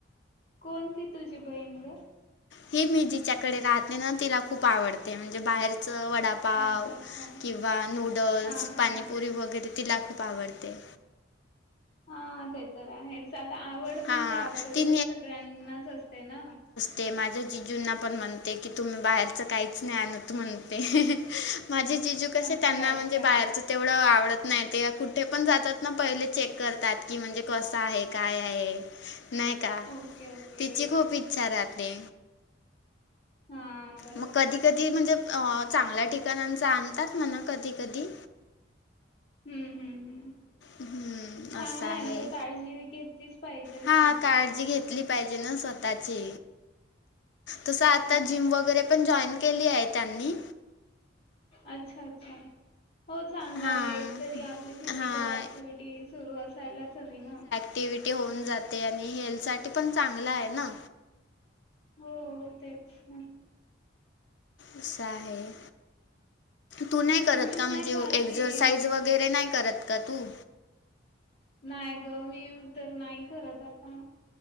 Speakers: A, on the left; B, on the left.
A: कोणती तुझी बहीण ग?
B: हे मी जिच्याकडे राहते ना तिला खूप आवडते म्हणजे बाहेरच वडा पाव
A: अच्छा अच्छा
B: किंवा नूडल्स,
A: हा हा
B: पाणीपुरी
A: हा.
B: वगैरे तिला खूप आवडते.
A: हा ते तर आहेच आता आवड
B: हां,
A: म्हणजे आवड
B: ती
A: कशी सगळ्यांनाच असते ना.
B: ते माझ्या जीजूंना पण म्हणते की तुम्ही बाहेरच काहीच नाही आणत म्हणते. माझे जीजू कसे
A: अच्छा
B: त्यांना
A: अच्छा
B: म्हणजे बाहेरच तेवढं आवडत नाही ते कुठे पण जातात ना पहिले चेक करतात की म्हणजे कसं आहे काय य नाही का
A: ओके ओके
B: तिची खूप इच्छा राहते.
A: हां.
B: मग कधी कधी म्हणजे चांगल्या ठिकाणांच आणतात म्हणा कधी कधी.
A: हम्म हम्म हम्म.
B: हम्म
A: चांगलं
B: असं आहे
A: ना ग काळजी घेतलीच पाहिजे ना
B: हा
A: म्हणजे.
B: काळजी घेतली पाहिजे ना स्वता ची तसं आता
A: हा
B: जिम वगैरे पण जॉईन केली आहे त्यांनी.
A: अच्छा अच्छा. हो चांगला
B: हां
A: आहे एक तरी आपली फिजिकल
B: हां
A: ऍक्टिव्हटी सुरू असायलाच हवी ना.
B: ऍक्टिव्हिटी होऊन जाते आणि हेल्थ साठी पण चांगला आहे ना.
A: हो तेच न.
B: अस आहे तू नाही
A: अजून
B: करत
A: तू
B: का
A: नाही
B: म्हणजे
A: अशी
B: एक्झरसाइज वगै वगैरे नाही करत का तू?
A: नाही ग मी तर नाही करत आता.